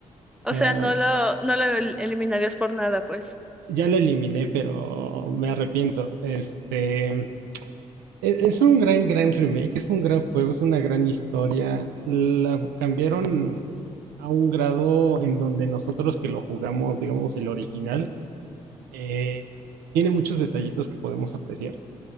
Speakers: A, in the centre; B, on the right.
A: O
B: Eh,
A: sea, no lo, no lo el- eliminarías por nada, pues.
B: ya lo eliminé, pero me arrepiento. Este. E- Es un gran, gran remake, es un gran juego, es una gran historia. La cambiaron a un grado en donde nosotros que lo jugamos, digamos, el original, eh, tiene muchos detallitos que podemos apreciar.